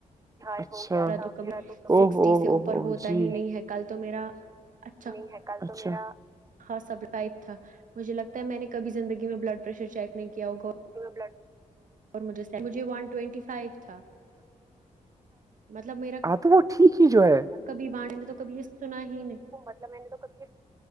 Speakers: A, on the right (about 25°); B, on the right (about 70°).
A: اچھا
B: تو کبھی
A: او
B: سکسٹی
A: ہو
B: سے
A: ہو
B: اوپر
A: ہو
B: ہوتا
A: جی
B: ہی نہیں ہے کل تو میرا اچھا
A: <inaudible>
B: ہاں سب ائب تھا مجھے لگتا ہے میں نے کبھی زندگی میں بلڈ پریشر چیک نہیں کیا ہوگا
A: <inaudible>
B: اور مجھے مجھے ون ٹوینٹی فائیو تھا مطلب میرا
A: ہاں تو وہ ٹھیک ہی جو ہے
B: کبھی وانے نے تو کبھی یہ سنا ہی نہیں
A: <inaudible>